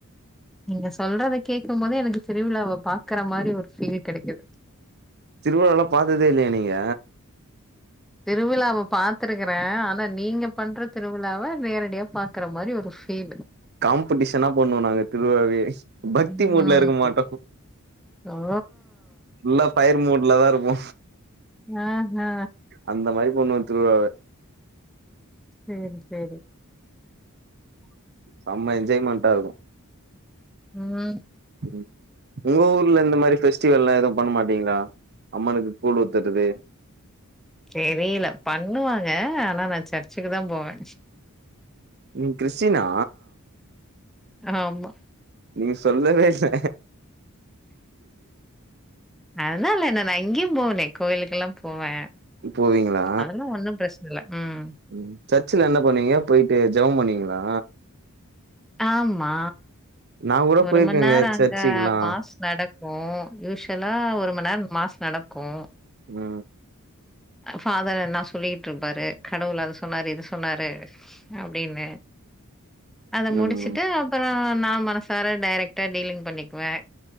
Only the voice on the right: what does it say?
திருவழால பாத்ததே இல்லயா நீங்க
காம்படிஷன்னா இன்னா பண்ணுவோ நாங்க திருவிழாவே பக்தி
மூட்ல இருக்க மாட்டோ
நல்ல ஃபையர் மூட்ல தா இருப்போ
அந்த மாரி பண்ணுவோ திருவிழாவ
செம்ம என்ஜாய்மெண்ட்டா இருக்கு
ம் உங்க ஊர்ல இந்த மாரி ஃபெஸ்டிவெல்லா எதுவு பண்ண மாட்டீங்ளா அம்மானுக்கு கூழ் ஊத்தருது
நீங்க கிறிஸ்டினா
நீங்க சொல்லவே இல்ல
போவீங்களா
ம் சர்ச்ல என்ன பண்ணுவீங்க போயிட்டு ஜெபோ பண்ணீங்ளா
நா கூட
போயிருக்கேங்க
சர்ச்சுக்குலா
அ
ம்